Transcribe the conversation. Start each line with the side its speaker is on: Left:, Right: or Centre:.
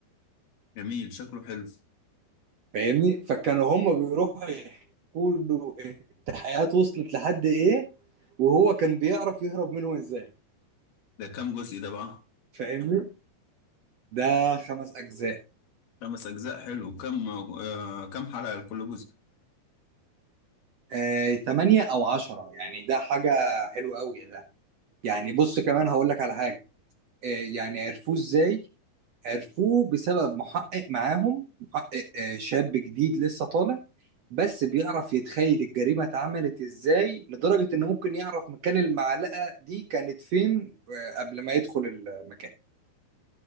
Left: جميل شكله حلو
Right: فاهمني فكانوا هم بيروحوا يحكوا له التحقيقات وصلت لحد ايه وهو كان بيعرف يهرب منهم ازاي
Left: ده كام جزء ده بقى
Right: فاهمني ده خمس اجزاء
Left: خمس اجزاء حلو كم آه كم حلقة لكل جزء
Right: آه، تمانية او عشرة يعني ده حاجة حلوة قوي يعني بص كمان هقول لك على حاجه آه، يعني عرفوه ازاي عرفوه بسبب محقق معاهم محقق آه، شاب جديد لسه طالع بس بيعرف يتخيل الجريمه اتعملت ازاي لدرجه انه ممكن يعرف مكان المعلقه دي كانت فين آه، قبل ما يدخل المكان